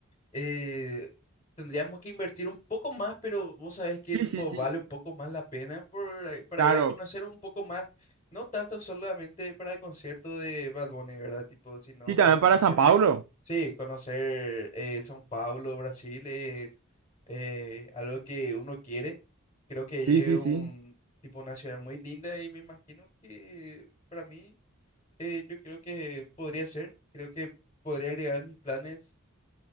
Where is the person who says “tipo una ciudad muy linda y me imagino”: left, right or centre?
Left